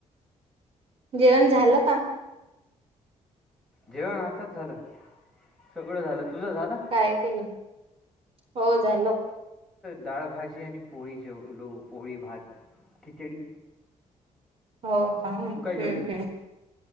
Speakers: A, on the right (about 50°); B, in the centre.
A: जेवण झालं का?
B: जेवण आताच झालं सगळं झालं तुज झालं.
A: काय केलं हो झालं.
B: दाळ भाजी आणि पोळी जेवलो पोळी भात खिचडी.
A: हो का हम्म
B: तू काय जेवली
A: हम्म